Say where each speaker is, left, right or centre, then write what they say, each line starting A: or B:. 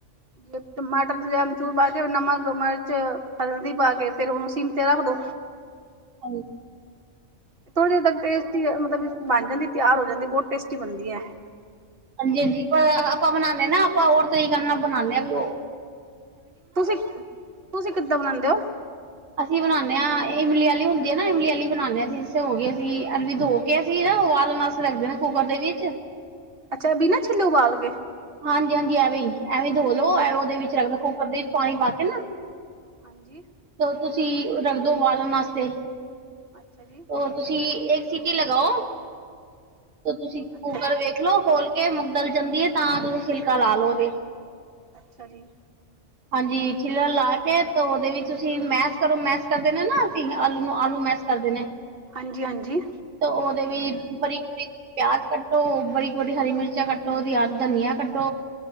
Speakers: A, on the right; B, on the right.
A: ਪ ਟਮਾਟਰ ਦੀ ਜਗਾ ਅਮਚੂਰ ਪਾ ਕੇ ਫੇਰ ਨਮਕ, ਮਰਚ, ਹਲਦੀ ਪਾ ਕੇ ਫੇਰ ਓਨੂੰ ਸਿਮ ਤੇ ਰੱਖ ਦੋ।
B: ਹਾਂਜ
A: ਐ ਥੋੜੀ ਤੱਕ ਟੇਸਟੀ ਅ ਮਤਲਬ ਬਨ ਜਾਂਦੀ ਤਿਆਰ ਹੋ ਜਾਂਦੀ। ਬੋਤ ਟੇਸਟੀ ਬਨਦੀ ਐ।
B: ਹਾਂਜੀ-ਹਾਂਜੀ ਪਰ ਅ ਆਪਾਂ ਬਨਾਦੇ ਨਾ ਆਪਾਂ ਔਰ ਤਰੀਕੇ ਨਾਲ ਬਨਾਨੇ ਆਂ ਵੀ ਓ
A: ਤੁਸੀ, ਤੁਸੀ ਕਿੱਦਾਂ ਬਨਾਂਦੇ ਓ?
B: ਅਸੀ ਬਨਾਨੇ ਆਂ ਏ ਇਮਲੀ ਆਲੀ ਹੁੰਦੀ ਏ ਨਾ ਇਮਲੀ ਆਲੀ ਬਨਾਨੇ ਆਂ ਜਿਸਾਂ ਹੋ ਗੀ ਅਸੀ ਅਰਬੀ ਧੋ ਕੇ ਅਸੀ ਨਾ ਉਬਾਲਨ ਆਸਤੇ ਰੱਖ ਦਿੰਨੇ ਆਂ ਕੁੱਕਰ ਦੇ ਵਿੱਚ।
A: ਅੱਛਾ, ਬਿਨਾਂ ਛਿੱਲੇ ਉਬਾਲ ਕੇ?
B: ਹਾਂਜੀ-ਹਾਂਜੀ ਐਵੇ ਈ, ਐਵੇਂ ਈ ਧੋ ਲੋ। ਐ ਓਦੇ ਵਿੱਚ ਰੱਖ ਦੋ ਕੁੱਕਰ ਦੇ ਇੱਚ ਪਾਨੀ ਪਾ ਕੇ ਨਾ
A: ਹਾਂਜੀ।
B: ਤੋ ਤੁਸੀ ਓ ਰੱਖ ਦੋ ਉਬਾਲਨ ਆਸਤੇ।
A: ਅੱਛਾ ਜੀ।
B: ਔਰ ਤੁਸੀ ਏਕ ਸੀਟੀ ਲਗਾਓ ਓ ਤੁਸੀ
A: ਅੱਛਾ
B: ਕੂਕਰ ਵੇਖ ਲੋ ਖੋਲ <unintelligible> ਗਲ ਜਾਂਦੀ ਏ ਤਾਂ ਤੁਸੀ ਛਿਲਕਾ ਲਾ ਲੋ ਓਦੇ
A: ਅੱਛਾ ਜੀ।
B: ਹਾਂਜੀ ਛਿਲਰ ਲਾ ਕੇ ਤੋ ਓਦੇ ਵਿੱਚ ਤੁਸੀ ਮੈਸ ਕਰੋ। ਮੈਸ ਕਰ ਦੇਨੇ ਆਂ ਨਾ ਅਸੀ ਆਲੂ ਨੂੰ, ਆਲੂ ਮੈਸ ਕਰਦੇ ਨੇ
A: ਹਾਂਜੀ-ਹਾਂਜੀ।
B: ਤ ਓਦੇ ਵੀ ਬਾਰੀਕ ਬਰੀਕ ਪਿਆਜ਼ ਕੱਟੋ ਓ ਬਰੀਕ ਬਰੀਕ ਹਰੀ ਮਿਰ ਚਾ ਕੱਟੋ ਓਦੀ <unintelligible> ਧਨੀਆ ਕੱਟੋ,